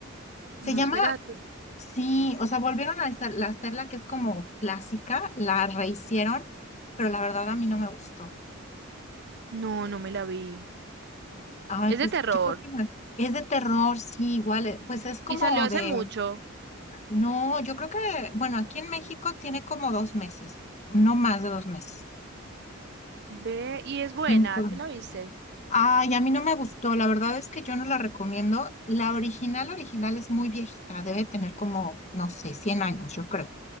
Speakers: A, on the left; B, on the right.
A: Se
B: Nosferatu.
A: llama, sí, o sea, volvieron a hacer- a hacerla que es como clásica, la rehicieron, pero la verdad a mí no me gustó.
B: No, no me la vi.
A: Ay,
B: Es
A: pues
B: de terror
A: yo creo que no. es de terror, sí, igual, eh, pues es como
B: y salió hace
A: de,
B: mucho.
A: no, yo creo que, bueno, aquí en México tiene como dos meses, no más de dos meses.
B: Ve y es buena,
A: En Colombia.
B: ¿te la viste?
A: Ay, a mí no me gustó, la verdad es que yo no la recomiendo. La original, original es muy viejita, debe tener como, no sé, 100 años, yo creo.